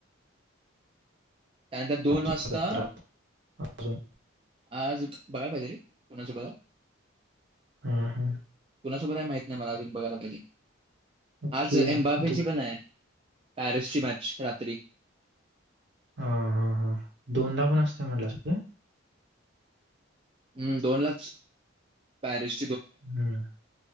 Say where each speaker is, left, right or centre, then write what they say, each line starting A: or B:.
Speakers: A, on the right; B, on the right.
A: त्यानंतर दोन वासता
B: हम्म. राहत अजून
A: आज बघाय पाहिजे रे कोणा सो हा
B: हम्म, हम्म.
A: कुणासोबत हाय माहित नाही मला अजून बघायला पाहिजे
B: ओके
A: आज एम्बापेची
B: दु-
A: पण आहे पॅरिसची मॅच रात्री
B: हा हा हा दोनदा पण असते म्हटलं सगळं
A: हम्म दोन लाच पॅरिस
B: हम्म